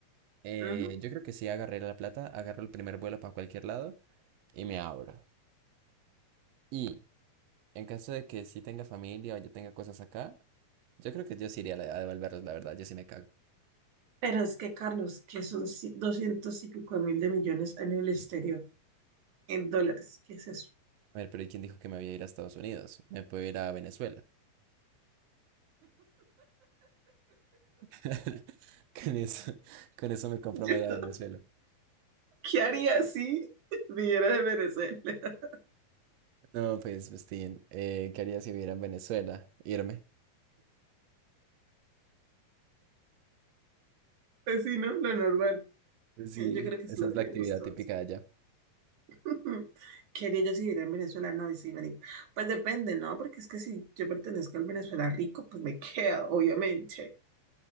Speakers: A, on the right; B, on the right.
A: Eh,
B: Ujú.
A: yo creo que sí agarré la plata, agarro el primer vuelo para cualquier lado y me abro. Y en caso de que sí tenga familia o yo tenga cosas acá, yo creo que yo sí iría a a devolverlos, la verdad, yo sí me cago.
B: Pero es que, Carlos, que son ci- doscientos y pico de mil de millones en el exterior, en dólares, ¿qué es eso?
A: A ver, pero ¿y quién dijo que me voy a ir a Estados Unidos? Me puedo ir a Venezuela. <laughs> Con eso, con eso me compro
B: <laughs> Yo,
A: media Venezuela.
B: ¿qué haría si viviera de Venezuela? <laughs>
A: No, pues, Justin eh, ¿qué haría si viviera en Venezuela? Irme.
B: Pues sí, ¿no? Lo normal.
A: Pues sí,
B: Yo creo que
A: esa
B: eso lo
A: es
B: queremos
A: la actividad
B: todos.
A: típica de allá.
B: <laughs> ¿Qué haría yo si viviera en Venezuela? No, y sí, marica. Pues depende, ¿no? Porque es que si yo pertenezco al Venezuela rico, pues me <laughs> quedo, obviamente.